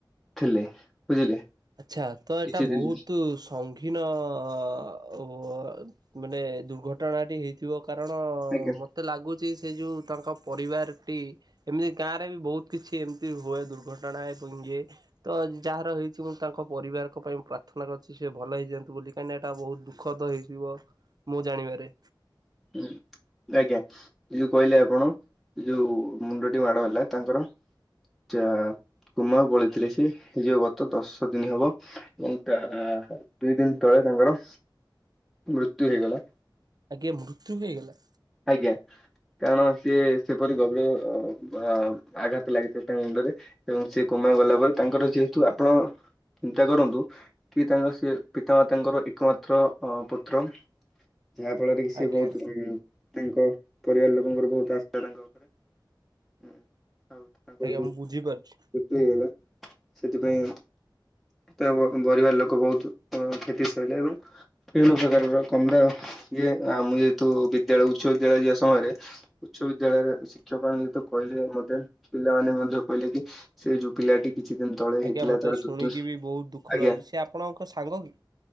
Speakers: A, in the centre; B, on the right (about 55°).
A: ଥିଲେ ବୁଝିଲେ।
B: ଆଚ୍ଛା ତ ଏଟା
A: କିଛି
B: ବୋହୁତୁ
A: ଦିନ
B: ସୁ ସଂଙ୍ଗୀନ ଅ ମାନେ ଦୁର୍ଘଟଣାଟି ହେଇଥି ଥିବ କାରଣ
A: ଆଜ୍ଞା
B: ମତେ ଲାଗୁଚି ସେଇ ଯୋଉ ତାଙ୍କ ପରିବାରଟି ଏମିତି ଗାଁରେ ବି ବୋହୁତ କିଛି ଏମତି ହୁଏ ଦୁର୍ଘଟଣା ଏବଂ ଇଏ ତ ଯାହାର ହେଇ ଚି ଏବଂ ମୁଁ ତାଙ୍କ ପରିବାରଙ୍କ ପାଇଁ ପ୍ରାର୍ଥନା କରଚି ସିଏ ଭଲ ହେଇଯାଆନ୍ତୁ ବୋଲି କାହିଁକିନା ଏଇଟା ବୋହୁତ ଦୁଃଖଦ ହେଇଥିବ। ମୁଁ ଜାଣିବାରେ
A: ହୁଁ। ଆଜ୍ଞା ଯୋଉ କହିଲେ ଆପଣ ଯୋଉ ମୁଣ୍ଡଟି ମାଡ ହେଲା ତାଙ୍କର ଯା କୋମାକୁ ପଳେଇଥିଲେ ସିଏ ଯୋଉ ଗତ ଦଶଦିନ ହବ ଏବଂ ତା ଦୁଇ ଦିନ ତଳେ ତାଙ୍କର ମୃତ୍ୟୁ ହେଇଗଲା।
B: ଆଜ୍ଞା ମୃତ୍ୟୁ ହେଇଗଲା।
A: ଆଜ୍ଞା। କାରଣ ସିଏ ସେପରି ଗଭୀର ବା ଆଘାତ ଲାଗିଥିଲା ତାଙ୍କ ମୁଣ୍ଡରେ। ଏବଂ ସେ କମାକୁ ଗଲା ପରେ ତାଙ୍କର ଯେହେତୁ ଆପଣ ଚିନ୍ତା କରନ୍ତୁ କି ତାଙ୍କ ସିଏ ପିତା ମାତାଙ୍କର ଏକମାତ୍ର ଅ ପୁତ୍ର ଯାହା ଫଳରେ କି ସିଏ
B: ଆଜ୍ଞା
A: ବୋହୁତ ତାଙ୍କ ପରିବାର ଲୋକଙ୍କର ବବହୁତ ଆଶା ତାଙ୍କ ଓପରେ ହୁଁ ଆଉ ତାଙ୍କର
B: ଆଜ୍ଞା
A: ଯୋଉ
B: ମୁଁ ବୁଝିପାରୁଚି।
A: ମୃତ୍ୟୁ ହେଇଗଲା ସେଥିପାଇଁ ତାଙ୍କ ବ ପରିବାର ଲୋକ ବୋହୁତ ଅ କ୍ଷତି ସହିଲେ ଏବଂ ବିଭିନ୍ନ ପ୍ରକାରର କନ୍ଦା ଇଏ ଆମ ଯେହେତୁ ବିଦ୍ୟାଳୟ ଉଚ୍ଚ ବିଦ୍ୟାଳୟ ଯିବା ସମୟରେ ଉଚ୍ଚ ବିଦ୍ୟାଳୟରେ ଶିକ୍ଷକମାନେ ଯେହେତୁ କହିଲେ ମତେ ପିଲାମାନେ ମଧ୍ୟ କହିଲେ କି ସେଇ ଯୋଉ ପିଲାଟି କିଛି ଦିନ ତଳେ ହେଇଥିଲା
B: ଆଜ୍ଞା ମତେ
A: ତାର
B: ଶୁଣିକି
A: ଦୁର୍ଦ୍ଦଶା
B: ବି ବୋହୁତ ଦୁଃଖ
A: ଆଜ୍ଞା
B: ଲାଗୁଚି ସିଏ ଆପଣଙ୍କ ସାଙ୍ଗ କି?